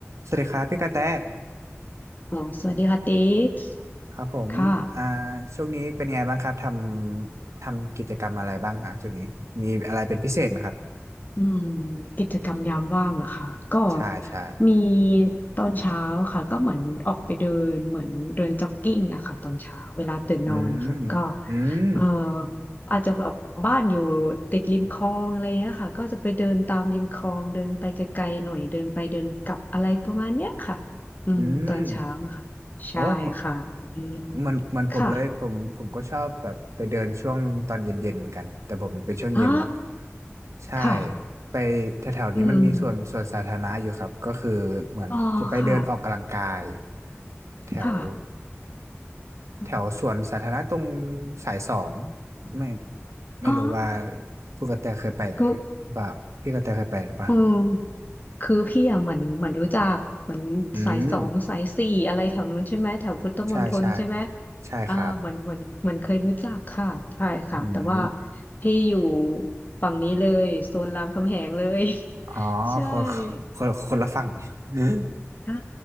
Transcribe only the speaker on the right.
สวัสดีครับพี่กระแต
ครับผมอ่า
ช่วงนี้เป็นไงบ้างครับทำทำกิจกรรมอะไรบ้างฮะช่วงนี้มีอะไรเป็นพิเศษไหมครับ
ใช่ใช่
อืมอืม
อืม
โอ้เหมือนเหมันเหมันผมเลยผมผมก็ชอบแบบไปเดินช่วงตอนเย็นๆเหมือนกันแต่ผมเป็นช่วงเย็นเนาะ
ใช่
ไปแถวๆนี้มันมีส่วนส่วนสาธารณะอยู่ครับก็คือเหมือนจะไปเดินออกกำลังกาย
แถว
แถวสวนสาธารณะตรงสายสองไม่ไม่รู้ว่า
คุณกระแตเคยไปหรือเปล่าพี่กระแตเคยไปหรือเปล่า
อืมใช่ใช่ใช่ครับ
อืม
อ๋อคน
คนคนละฝั่งอืม